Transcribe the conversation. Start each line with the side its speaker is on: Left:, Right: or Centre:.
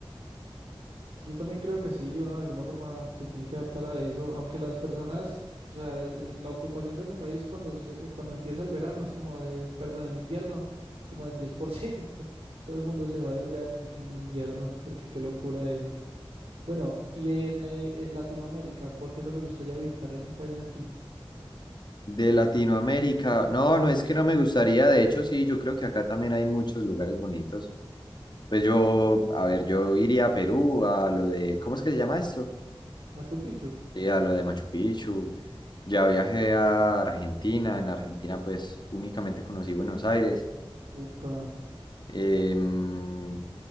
Right: Yo también creo que sí, uno de alguna forma se tiene que adaptar a eso, aunque las personas, o sea, el- la ocupación de ese país cuando, se- cuando empieza el verano es como de, perdón, el invierno es como del 10%. <laughs> Todo el mundo se va de allá en, en invierno, porque qué locura eso. Bueno, y en, eh, en Latinoamérica, ¿por qué no le gustaría visitar algún país aquí?
Left: De Latinoamérica, no, no es que no me gustaría, de hecho sí, yo creo que acá también hay muchos lugares bonitos. Pues yo, a ver, yo iría a Perú, a lo de, ¿cómo es que se llama esto?
Right: Machu Picchu.
Left: Sí, a lo de Machu Picchu. Ya viajé a Argentina, en Argentina pues únicamente conocí Buenos Aires.
Right: Upa.
Left: Em,